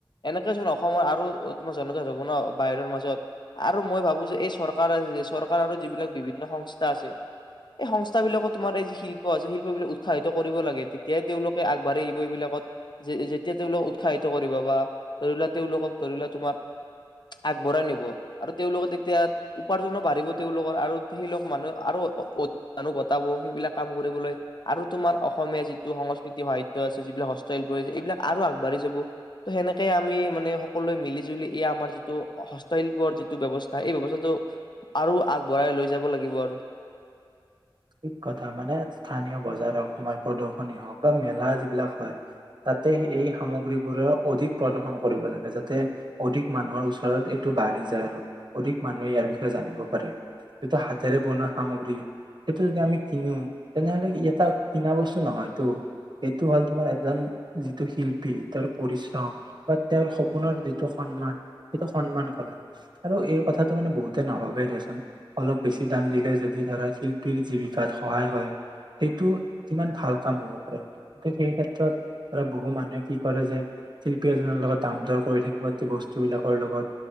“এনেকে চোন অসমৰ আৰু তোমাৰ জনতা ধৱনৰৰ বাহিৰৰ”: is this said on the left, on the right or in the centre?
Left